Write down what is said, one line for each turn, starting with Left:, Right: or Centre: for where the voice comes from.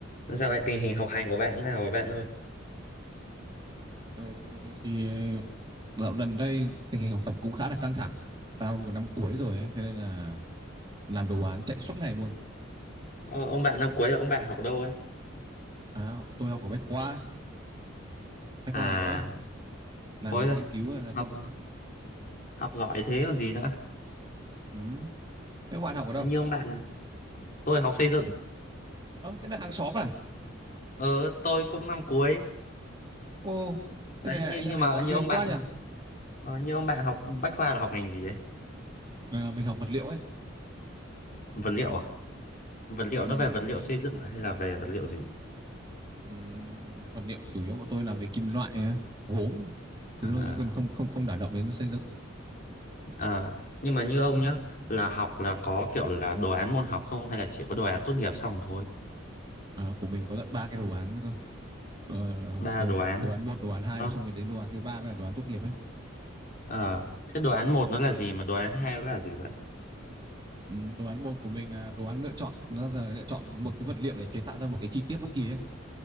Left: Dạo này tình hình học hành của bạn thế nào rồi bạn ơi?
Right: Ờ, thì ờ, dạo gần đây tình hình học tập cũng khá là căng thẳng. Tao vừa năm cuối rồi ấy, thế nên là làm đồ án chạy suốt ngày luôn.
Left: Ờ, ông bạn năm cuối là ông bạn học đâu ấy?
Right: À, tôi học ở Bách Khoa, Bách
Left: À,
Right: Khoa Hà Nội ấy, làm
Left: ôi rồi
Right: nghiên cứu hay là tương
Left: học
Right: đối đã.
Left: học giỏi thế còn gì nữa.
Right: Ừ. Thế các bạn học ở đâu?
Left: Nó như ông bạn, tôi học xây dựng.
Right: Ờ, thế là hàng xóm à?
Left: Ờ, tôi cũng năm cuối.
Right: Ô, thế
Left: Đấy,
Right: này là
Left: nhưng
Right: anh
Left: nhưng
Right: em mình
Left: mà
Right: có
Left: như
Right: duyên
Left: ông
Right: quá
Left: bạn,
Right: nhỉ?
Left: ờ, như ông bạn học Bách Khoa là học ngành gì ấy?
Right: Ờ, mình học vật liệu ấy.
Left: Vật liệu à? Vật liệu
Right: Ừ.
Left: nó về vật liệu xây dựng à? hay là về vật liệu gì?
Right: Ừ. Vật liệu chủ yếu bọn tôi làm về kim loại, gốm, thứ
Left: À,
Right: đó chứ còn không không không đả động đến xây dựng.
Left: à, nhưng mà như ông nhá, là học là có kiểu là đồ án môn học không hay là chỉ có đồ án tốt nghiệp xong thôi?
Right: Ờ, của mình có tận ba cái đồ án cơ. đồ,
Left: Ba
Right: ừ,
Left: đồ án à?
Right: đồ án một đồ án hai
Left: Nó
Right: xong rồi đến đồ án thứ ba mới là đồ án tốt nghiệp ấy
Left: Ờ, thế đồ án một nó là gì mà đồ án hai nó là gì vậy?
Right: ừ, đồ án một của mình là đồ án lựa chọn nó là lựa chọn một cái vật liệu để chế tạo ra một cái chi tiết bất kỳ ấy